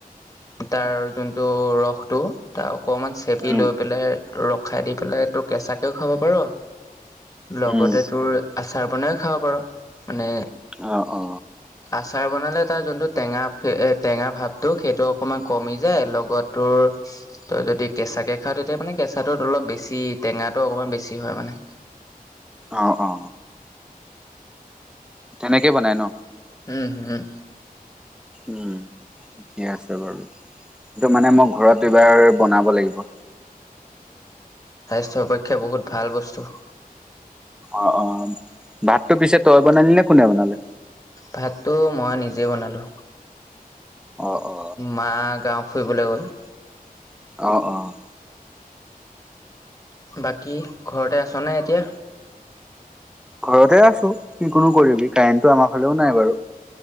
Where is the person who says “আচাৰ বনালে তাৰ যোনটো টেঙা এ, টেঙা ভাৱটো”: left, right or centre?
Left